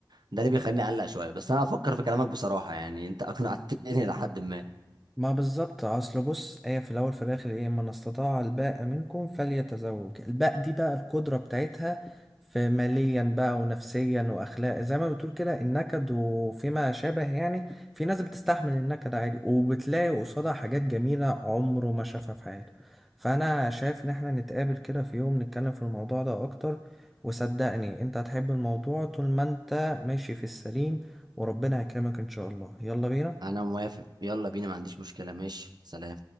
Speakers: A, on the right; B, in the centre.
A: ده اللي بيخليني اقلق شويه بس انا هفكر في كلامك بصراحه يعني انت اقنعتني <laughs> لحد ما
B: ما بالظبط اصل بص هي في الاول في الاخر ايه من استطاع الباء منكم فليتزوج الباء دي بقى القدره بتاعتها في ماليا بقى ونفسيا واخلاق زي ما بتقول كده النكد وفيما شابه يعني في ناس بتستحمل النكد عادي وبتلاقي قصادها حاجات جميله عمره ما شافها في حياته فانا شايف ان احنا نتقابل كده في يوم نتكلم في الموضوع ده اكتر وصدقني انت هتحب الموضوع طول ما انت ماشي في السليم وربنا يكرمك ان شاء الله يلا بينا
A: انا موافق يلا بينا ما عنديش مشكله ماشي سلام